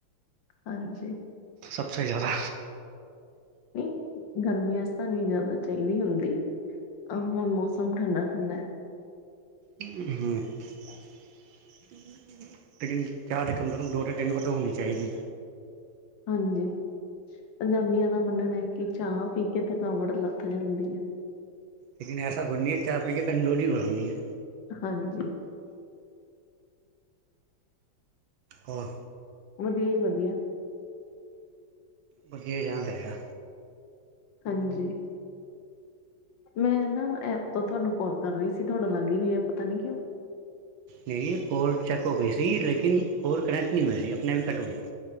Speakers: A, on the left; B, on the right.
A: ਹਾਂਜੀ।
B: ਸਬ ਸੇ ਜ਼ਿਆਦਾ,
A: ਨਹੀਂ, ਗਰਮੀਆਂ ਚ ਤਾਂ ਨੀ ਜਾਂਦਾ ਚਾਹੀਦੀ ਹੁੰਦੀ, ਹੁਣ ਮੌਸਮ ਠੰਡਾ-ਠੰਡਾ ਹੈ।
B: ਹੂੰ-ਹੂੰ। <inaudible> ਲੇਕਿਨ ਚਾਹ ਦੇ ਕਮ ਤੋਂ ਕਮ ਦੋ ਤੋਂ ਤਿੰਨ ਵਾਰ ਤਾਂ ਹੋਣੀ ਚਾਹੀਦੀ,
A: ਹਾਂਜੀ, ਪੰਜਾਬੀਆਂ ਦਾ ਮੰਨਣਾ ਹੈ ਕਿ ਚਾਹ ਪੀ ਕੇ ਥਕਾਵਟ ਲੱਥ ਜਾਂਦੀ ਹੈ।
B: ਲੇਕਿਨ ਐਸਾ ਕੁਝ ਨੀ ਐ ਚਾਹ ਪੀ ਕੇ ਕਮਜ਼ੋਰੀ ਬਹੁਤ ਆਉਂਦੀ ਹੈ।
A: ਹਾਂਜੀ।
B: ਹੋਰ,
A: ਵਧੀਆ ਜੀ ਵਧੀਆ।
B: ਵਧੀਆ ਹੀ ਰਹਿਣਾ ਚਾਹੀਦਾ।
A: ਹਾਂਜੀ, ਮੈਂ ਨਾ ਐਪ ਤੋਂ ਤੁਹਾਨੂੰ ਕੋਲ, ਕਰ ਰਹੀ ਸੀ ਤੁਹਾਡਾ ਲੱਗ ਹੀ ਨੀ ਰਿਹਾ ਪਤਾ ਨੀ ਕਿਉਂ,
B: ਨਹੀਂ ਕਾੱਲ ਚੈਂਕ ਹੋ ਗਈ ਸੀ ਲੇਕਿਨ ਕਾੱਲ ਕਨੈਕਟ ਨਹੀਂ ਹੋਏ ਸੀ ਆਪਣੇ ਆਪ ਹੀ ਕੱਟ ਹੋ ਗਿਆ।